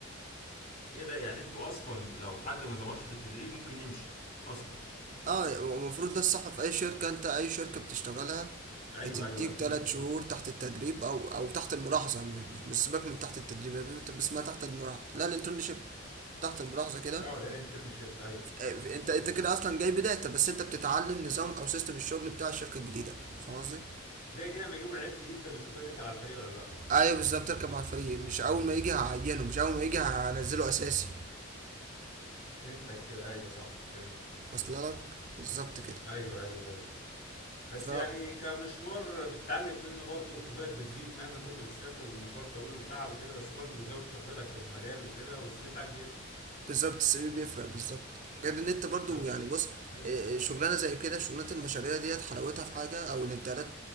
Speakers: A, on the left (about 40°); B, on the right (about 40°).
A: ايه ده يعني انتوا اصلا لو حد ما ظبطش في التدريب ممكن يمشي اصلا
B: اه المفروض ده الصح في اي شركة انت اي شركة بتشتغلها
A: ايوه
B: بتديك
A: ايوه اكيد
B: تلات
A: اكيد
B: شهور تحت التدريب او او تحت الملاحظة مش مش سيبك من تحت التدريب يا بيبي، بس ما تحت الملاحظة لا الانترنشيب تحت الملاحظة كده
A: اه لا الانترنشيب ايوه
B: آه، انت انت كده اصلا جاي بداية بس انت بتتعلم نظام او سيستم الشغل بتاع الشركة الجديدة فاهم قصدي؟
A: زي كده لما يجيبوا لعيب جديد فبيشوفوا يركب على الفريق ولا لا
B: ايوه بالظبط تركب مع الفريق مش اول ما يجي هعينه مش اول ما يجي هنزله اساسي
A: فهمتك كده ايوه صح فهمت
B: اصل لك بالظبط
A: ايوه ايوه ايوه بس
B: كده
A: يعني كمشوار بتتعلم منه برضه وخبرتك بتزيد مهما كنت بتسافر والمشوار طويل وتعب وكده بس برضه بيزود خبرتك في المجال وكده والسي في بتاعك بيتقل
B: بالظبط السي في بيفرق بالظبط غير ان انت برضو
A: طب
B: يعني بص
A: حلو
B: آه، آه، شغلانه زي كده شغلانه المشاريع ديت حلاوتها في حاجه او الانترنت